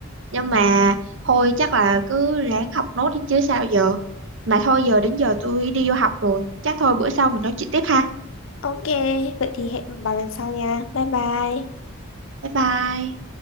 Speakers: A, on the right; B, on the left.
A: nhưng mà thôi chắc là cứ ráng học nốt đi chứ sao giờ mà thôi giờ đến giờ tôi đi vô học rồi chắc thôi bữa sau mình nói chuyện tiếp ha
B: ok vậy thì hẹn bà lần sau nha bye bye
A: bye bye